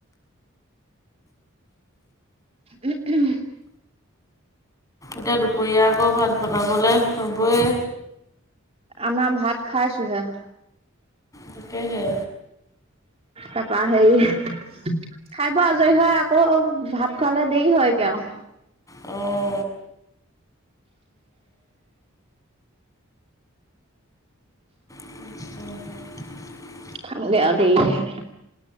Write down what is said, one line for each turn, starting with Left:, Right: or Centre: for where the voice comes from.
Right: উ উম <unintelligible>
Left: এতিয়া দুপৰীয়া আকৌ ভাত বনাবলৈ হ'বই।
Right: আমাৰ ভাত খাইছোঁহে।
Left: তাকেহে।
Right: তাৰাপা হেৰি খাই বৈ আজৰি হয় আকৌ ভাত খোৱালে দেৰি হৈ গৈ আৰু।
Left: অ'। <inaudible>
Right: খামগে আৰু দেৰি কে।